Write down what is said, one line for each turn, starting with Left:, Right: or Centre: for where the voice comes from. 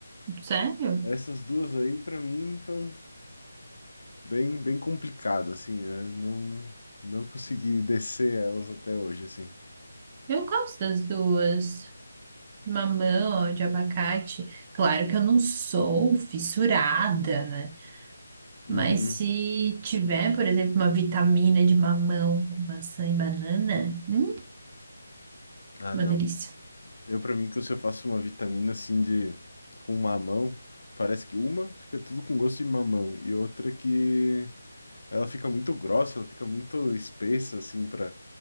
Right: Sério?
Left: Essas duas aí, pra mim, são bem, bem complicadas, assim. Eu não, não consegui descer elas até hoje, assim.
Right: Eu gosto das duas. Mamão, de abacate. Claro que eu não sou fissurada, né?
Left: Uhum.
Right: Mas se tiver, por exemplo, uma vitamina de mamão com maçã e banana, hum,
Left: Ah,
Right: uma
Left: não.
Right: delícia.
Left: Eu, pra mim, que se eu faço uma vitamina assim de com mamão, parece que uma fica tudo com gosto de mamão e outra que ela fica muito grossa, ela fica muito espessa assim pra